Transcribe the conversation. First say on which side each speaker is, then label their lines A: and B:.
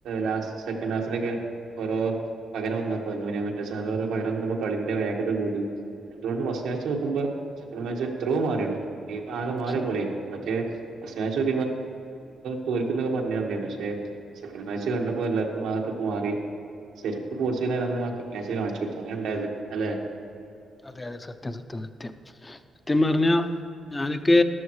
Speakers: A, on the right (about 85°); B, on the left (about 20°).
A: ലാസ്റ്റ് സെക്കൻ് ഹാഫിലൊക്കെ ഓരോ പകരം വന്നപ്പോ പകരം കളിന്റെ വേഗത കൂടും എന്തുകൊണ്ട് ഫസ്റ്റ് മാച്ച് നോക്കുമ്പോ സെക്ക മാച്ച് എത്രോമാറീൺ ആകെ മാറിയ
B: സ-
A: പോലെ മറ്റേോക്കിെ തോ ൊക്കെ പറഞ്ഞന്ന പക്ഷെ സെക്കൻ് മാച്ച് കണ്ടപ്പോ എല്ലാവർക്കും ആകത്തൊക്കെ മാറി ശരിക്കക്ക് പോർച്ചുഗൽ അല്ലന്ന് കാണിച്ചു കൊടുത്തു അങ്ങനെ ഉണ്ടായത് അല്ലെ
B: അതെ അതെ സത്യം സത്യം സത്യം സത്യം പറഞ്ഞാ ഞാനൊക്കെ